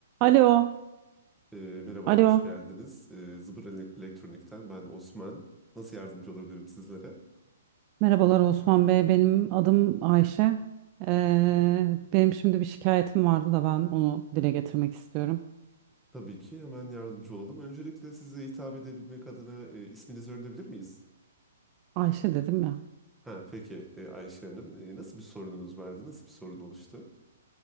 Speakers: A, on the right; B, in the centre.
A: Alo,
B: Ee, merhabalar,
A: alo.
B: hoş geldiniz. Ee, Zıbır Ele- Elektronik'ten ben Osman. Nasıl yardımcı olabilirim sizlere?
A: Merhabalar Osman Bey, benim adım Ayşe. Ee, benim şimdi bir şikayetim vardı da ben onu dile getirmek istiyorum.
B: Tabii ki hemen yardımcı olalım. Öncelikle size hitap edebilmek adına e, isminizi öğrenebilir miyiz?
A: Ayşe dedim ya.
B: Ha, peki e, Ayşe Hanım, e, nasıl bir sorununuz vardı? Nasıl bir sorun oluştu?